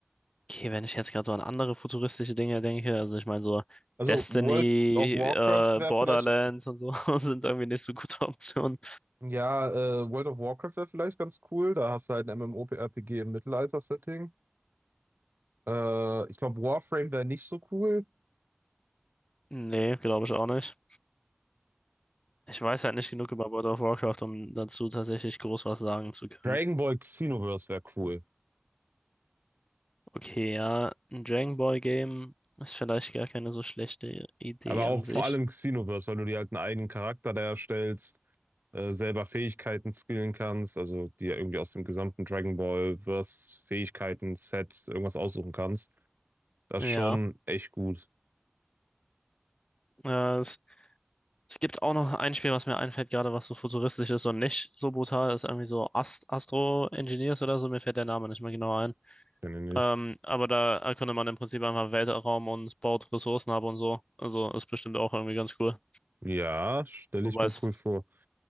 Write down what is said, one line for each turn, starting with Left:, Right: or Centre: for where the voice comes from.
Left: okay, wenn ich jetzt gerade so an andere futuristische Dinge denke, also ich meine so
Right: Also
Left: Destiny,
Right: World of Warcraft
Left: äh,
Right: wäre
Left: Borderlands
Right: vielleicht,
Left: und so <laughs> sind irgendwie nicht so gute Optionen.
Right: ja, äh, World of Warcraft wäre vielleicht ganz cool. Da hast du halt ein MMORPG im Mittelalter-Setting. Äh, ich glaube, Warframe wäre nicht so cool.
Left: Nee, glaube ich auch nicht. Ich weiß halt nicht genug über World of Warcraft, um dazu tatsächlich groß was sagen zu können.
Right: Dragon Ball Xenoverse wäre cool.
Left: Okay, ja, ein Dragon Ball Game ist vielleicht gar keine so schlechte Idee
Right: Aber auch
Left: an sich.
Right: vor allem Xenoverse, weil du dir halt einen eigenen Charakter da erstellst, äh, selber Fähigkeiten skillen kannst, also dir irgendwie aus dem gesamten Dragon Ball Verse Fähigkeiten Set irgendwas aussuchen kannst. Das
Left: Ja,
Right: ist schon echt gut,
Left: äh, es Es gibt auch noch ein Spiel, was mir einfällt, gerade was so futuristisch ist und nicht so brutal ist, irgendwie so Ast Astro Engineers oder so, mir fällt der Name nicht mehr genau ein.
Right: finde
Left: Ähm,
Right: ich.
Left: aber da erkundet man im Prinzip einfach Weltraum und baut Ressourcen ab und so. Also ist bestimmt auch irgendwie ganz cool.
Right: Ja, stelle
Left: Wobei
Right: ich mir
Left: es,
Right: cool vor.